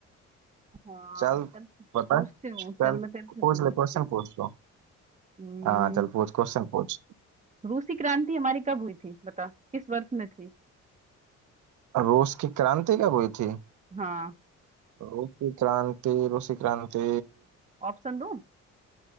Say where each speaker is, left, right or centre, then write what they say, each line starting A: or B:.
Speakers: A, on the right (about 25°); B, on the right (about 75°).
A: हाँ
B: चल
A: चल
B: बता
A: पूछती हूँ
B: चल
A: चल मैं तेरे से
B: पूछ
A: पूछती
B: ले क्वेश्चन
A: हूँ
B: पूछ लो
A: हम्म,
B: हाँ चल पूछ क्वेश्चन पूछ
A: रूसी क्रांति हमारी कब हुई थी बता किस वर्ष में थी
B: रूस की क्रांति कब हुई थी
A: हाँ
B: रूस की क्रांति रूस की क्रांति
A: ऑप्शन दूं